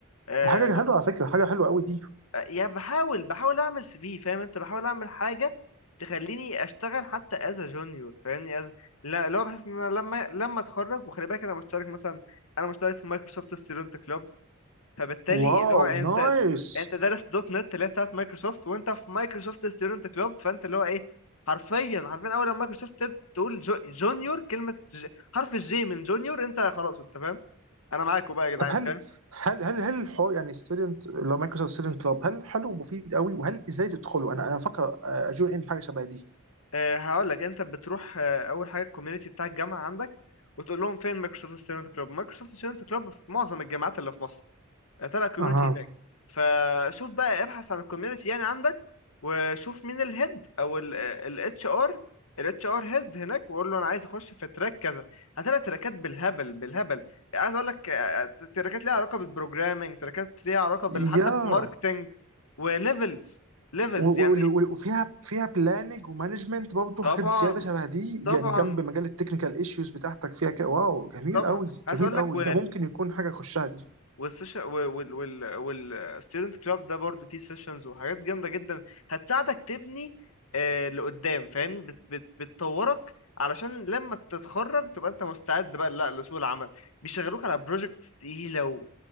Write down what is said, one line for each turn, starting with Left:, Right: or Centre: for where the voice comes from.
Left: آه،
Right: دي حاجه حلوه على فكره حاجه حلوه قوي دي
Left: يعني بحاول بحاول اعمل سي في فاهم انت بحاول اعمل حاجه تخليني اشتغل حتى از جونيور فاهمني از لا اللي هو بحس ان انا لما لما اتخرج وخلي بالك انا مشترك مثلا انا مشترك في مايكروسوفت ستودنت كلوب، فبالتالي
Right: واو
Left: اللي هو انت
Right: نايس
Left: انت دارس دوت نت اللي هي بتاعت مايكروسوفت وانت في مايكروسوفت ستودنت كلوب فانت اللي هو ايه حرفيا حرفيا اول لما مايكروسوفت تب- تقول جو جونيور كلمه ج... حرف الجي من جونيور انت خلاص انت فاهم انا معاكوا بقى يا جدعان
Right: طب هل
Left: فاهم
Right: هل هل هل الحوار يعني ستودنت اللي هو مايكروسوفت ستودنت كلاب هل حلو ومفيد قوي وهل ازاي تدخله انا انا فاكر اجون ان حاجه شبه دي
Left: أه هقول لك انت بتروح أه اول حاجه الكوميونتي بتاع الجامعه عندك وتقول لهم فين مايكروسوفت ستودنت كلوب مايكروسوفت ستودنت كلوب في معظم الجامعات اللي في مصر طلع كوميونتي
Right: اها
Left: هناك فشوف بقى ابحث عن الكوميونتي يعني عندك وشوف مين الهيد او الاتش ار الاتش ار هيد هناك وقول له انا عايز اخش في تراك كذا هتلاقي تراكات بالهبل بالهبل عايز اقول لك آه، تراكات ليها علاقه بالبروجرامنج تراكات ليها علاقه بال
Right: يا
Left: حتى بالماركتنج وليفلز ليفلز
Right: و-
Left: يعني
Right: و- و- وفيها فيها بلاننج ومانجمنت برضه
Left: طبعا
Right: حاجات زياده شبه دي
Left: طبعا
Right: يعني جنب مجال التكنيكال ايشوز بتاعتك فيها كده واو جميل
Left: طبعا
Right: قوي
Left: عايز
Right: جميل
Left: اقول لك
Right: قوي ده ممكن يكون حاجه اخشها دي
Left: والسيشن وال وال والستودنت كلاب ده برضو فيه سيشنز وحاجات جامده جدا هتساعدك تبني آه لقدام فاهم بت بت بتطورك علشان لما تتخرج تبقى انت مستعد بقى لا لسوق العمل بيشغلوك على بروجكتس تقيله و...